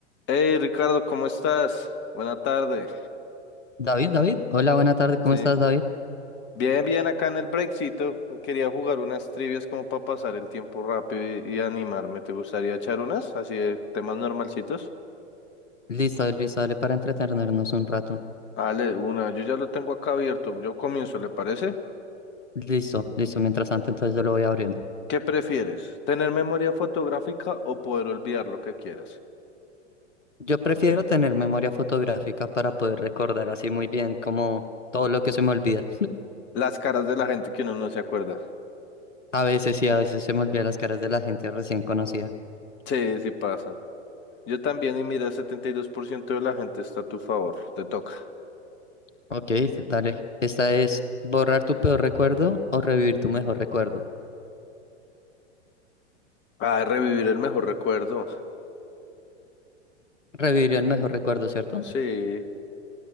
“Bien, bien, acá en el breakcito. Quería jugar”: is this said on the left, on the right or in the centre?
Left